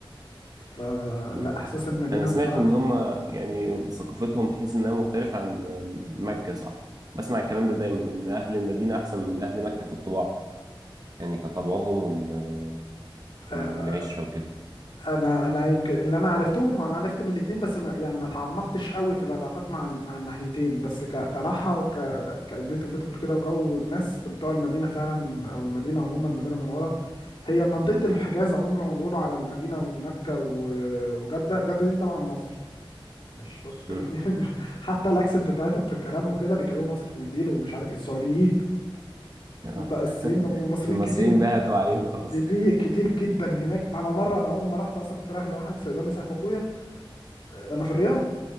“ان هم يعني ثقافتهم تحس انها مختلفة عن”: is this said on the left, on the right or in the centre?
Right